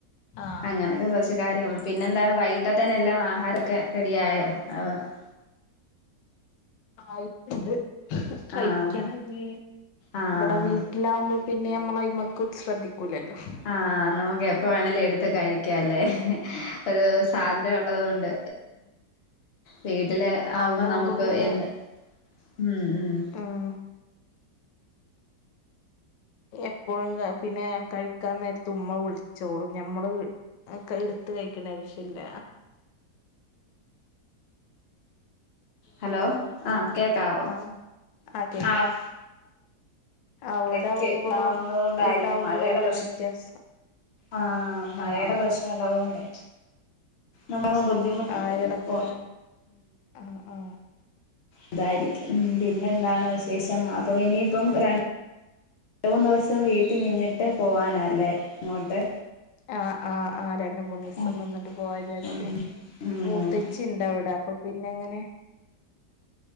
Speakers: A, on the left; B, on the left.
A: ആഹ്
B: അങ്ങനൊക്കെ <unintelligible> <unintelligible> കാര്യങ്ങൾ പിന്നെ എന്താണ് വൈകിട്ടേ തന്നെല്ലാം ആഹാരമൊക്കെ റെഡിയായോ <unintelligible>
A: ആയിട്ടുണ്ട് കഴിക്കണെങ്കി
B: ആഹ് ആഹ്
A: ഇവിടെ വീ <unintelligible> മ്പോ പിന്നെ നമ്മള്മക്ക് ശ്രദ്ധിക്കൂലല്ലോ
B: ആഹ് നമുക്ക് എപ്പ വേണലോ എടുത്ത് കഴിക്കല്ലേ ഒരു സ്വാദന്ദ്രം ഉള്ളത് കൊണ്ട് വീട്ടില് ആവുമ്പോ
A: അവിടെ
B: നമുക്ക്
A: പിന്നെ
B: എന്ന് ഉം ഉം
A: ആഹ് എപ്പോഴും പിന്നെ കഴിക്കാൻ നേരത്ത് ഉമ്മ വിളിച്ചോളൂ ഞമ്മള് ആ എടുത്ത് കഴിക്കണേ ആവശ്യ ഇല്ല
B: ഹലോ അഹ് കേക്കാവോ
A: ആഹ് ആഹ് കേക്ക്
B: അഹ്
A: അവിടെ
B: ഇടക്ക്
A: ആവുമ്പോളും
B: ഉണ്ടാവുന്നത കൊണ്ടായിരിക്കും
A: ഇവിടെ ആവുമ്പോളും
B: മഴയുടെ
A: ഇല്ല
B: പ്രശ്നം
A: വ്യത്യാസം
B: ആഹ് മഴയുടെ
A: ആഹ്
B: പ്രശ്നം ഉള്ളതുകൊണ്ടേ നമ്മളെ <unintelligible> ബുദ്ധിമുട്ടി
A: ആഹ്
B: <unintelligible>
A: എടക്ക് ആഹ് ആഹ്
B: അതായിരിക്കും പിന്നെ എന്താണ് വിശേഷം അപ്പം ഇനിയിപ്പം രണ് <unintelligible> ദിവസം വീട്ടിൽ നിന്നിട്ട് പോവാനല്ലേ അങ്ങോട്ട്
A: ആഹ് ആഹ് അഹ് രണ്ട മൂന്ന് ദിവസം
B: ഉം
A: നിന്നിട്ട് പോവാ വിചാരിച്ചു
B: ഉം ഉം
A: മൂത്തച്ചി ഉണ്ട് അവിടെ അപ്പൊ പിന്നെ എങ്ങനെ